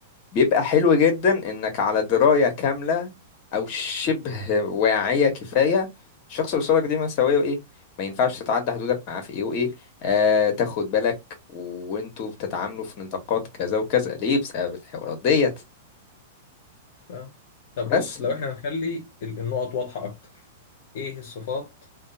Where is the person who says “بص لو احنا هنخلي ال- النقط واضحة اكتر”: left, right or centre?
Left